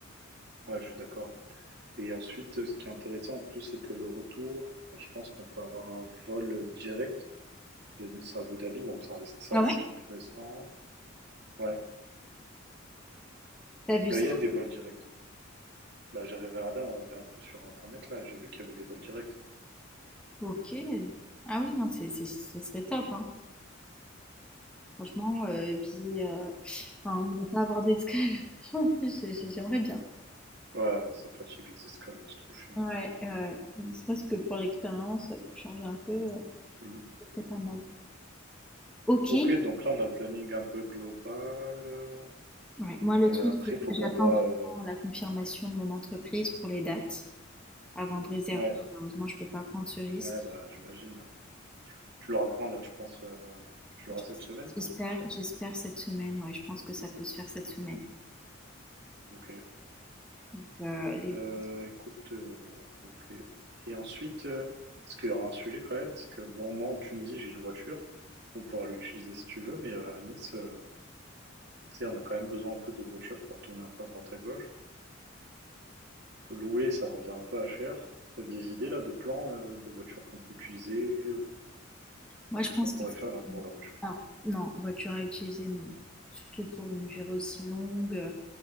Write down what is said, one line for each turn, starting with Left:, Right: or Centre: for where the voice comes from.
Right: Ouais, je suis d'accord. Et ensuite, ce qui est intéressant en plus, c'est que le retour, je pense qu'on peut avoir un vol direct. de Nice à Abu Dhabi, donc ça reste ça,
Centre: Ah
Right: c'est
Centre: ouais?
Right: intéressant. Ouais.
Centre: T'as vu
Right: Là,
Centre: ça?
Right: il y a des vols directs. Bah, j'ai regardé un peu sur Internet, là, et j'ai vu qu'il y avait des vols directs. hein.
Centre: Ok. Ah oui, non, c'est, c'est, ça serait top, hein. Franchement, euh, billet, euh, enfin, ne pas avoir d'escale, <laughs> j'ai- j'ai- j'aimerais bien.
Right: Ouais, ça fatigue les escales, c'est trop chiant.
Centre: Ouais, ouais. ne serait-ce que pour l'expérience, pour changer un peu, euh,
Right: Mhm.
Centre: ça pas mal. Ok,
Right: Ok,
Centre: et
Right: donc là, on a le planning un peu global. Euh,
Centre: Ouais, moi le
Right: après,
Centre: truc c'est que
Right: il faut qu'on
Centre: j'attends
Right: voit...
Centre: vraiment
Right: euh,
Centre: la confirmation de mon entreprise pour les dates avant de réserver.
Right: Ouais,
Centre: Malheureusement, je peux pas prendre ce risque.
Right: ouais, bah, j'imagine. Tu l'auras quand, là, tu penses... euh, Tu l'auras
Centre: Je-
Right: cette semaine,
Centre: J'espère,
Right: la semaine prochaine?
Centre: j'espère cette semaine. Ouais, je pense que ça peut se faire cette semaine.
Right: Ok.
Centre: Donc, euh, les...
Right: Heu,
Centre: billets-
Right: écoute, heu, OK, OK et ensuite, heu, parce qu'il y aura un sujet quand même, c'est que bon, moi, en Tunisie, j'ai une voiture. On pourra l'utiliser si tu veux, mais, heu, à Nice, heu, tu sais, on a quand même besoin un peu de voiture pour tourner un peu à droite à gauche. Louer, ça revient un peu à cher. T'as des idées là de plans, heu, de voitures qu'on peut utiliser ou
Centre: Moi,
Right: enfin,
Centre: je
Right: qu'est-ce
Centre: pense
Right: qu'on pourrait
Centre: qu'il faut...
Right: faire là pour la voiture?
Centre: Alors, non, voiture à utiliser, non. Surtout pour une durée aussi longue.